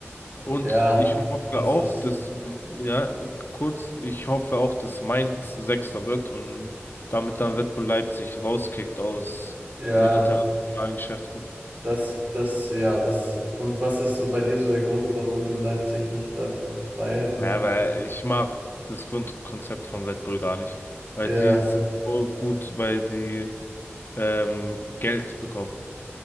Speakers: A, on the left (about 50°); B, on the right (about 35°).
A: Und
B: Ja,
A: ich hoffe
B: das
A: auch,
B: ist,
A: dass, ja, kurz, ich hoffe auch, dass Mainz Sechster wird und damit dann Red Bull Leipzig rauskickt aus
B: ja,
A: den internationalen Geschäften.
B: das, das, ja, das. Und was ist so bei dir so der Grund, warum du Leipzig nicht dabei hätten?
A: Ja, weil ich mag das Grundkonzept von Red Bull gar nicht. Weil
B: Ja.
A: die sind so gut, weil die ähm, Geld bekommen.